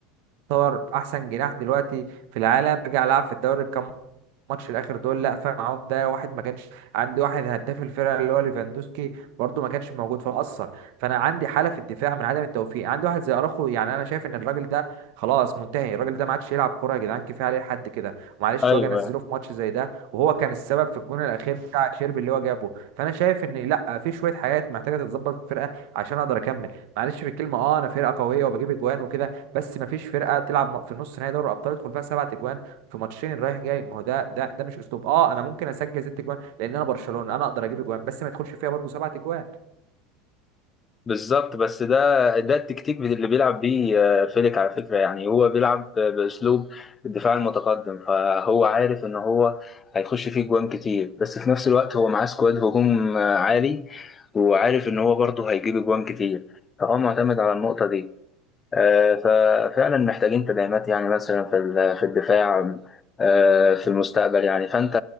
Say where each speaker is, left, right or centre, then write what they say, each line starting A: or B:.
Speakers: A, on the right (about 65°); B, on the left (about 25°).
A: يعتبر احسن جناح دلوقتي في العالم رجع لعب في الدوري كام ماتش الاخر دول لا فرق معاهم ده واحد ما كانش عندي واحد هداف الفرقه اللي هو ليفاندوسكي برده ما كانش موجود فاثر فانا عندي حاله في الدفاع من عدم التوفيق عندي واحد زي اراخو يعني انا شايف ان الراجل ده خلاص منتهي الراجل ده ما عادش يلعب كوره يا جدعان كفايه عليه لحد كده معلش
B: ايوه
A: واجي انزله في ماتش زي ده وهو كان السبب في الجون الاخير بتاع شيربي اللي هو جابه فانا شايف ان لا في شويه حاجات محتاجه تتظبط في الفرقه عشان اقدر اكمل معلش في الكلمه اه انا فرقه قويه وبجيب اجوان وكده بس ما فيش فرقه تلعب في نص نهائي دوري الابطال يدخل فيها سبعة اجوان في ماتشين رايح جاي ما هو ده ده ده مش اسلوب اه انا ممكن اسجل ست اجوان لان انا برشلونه انا اقدر اجيب اجوان بس ما يدخلش فيها برضو سبعة اجوان
B: بالظبط بس ده ده التكتيك اللي بيلعب بيه آه، فيليك على فكرة يعني هو بيلعب بأسلوب الدفاع المتقدم فهو عارف إن هو هيخش فيه جوان كتير بس في نفس الوقت هو معاه سكواد هجوم آه، عالي وعارف إن هو برضه هيجيب جوان كتير فهو معتمد على النقطة دي آه، ففعلا محتاجين تدعيمات يعني مثلا في ال- في الدفاع آه، في المستقبل يعني فأنت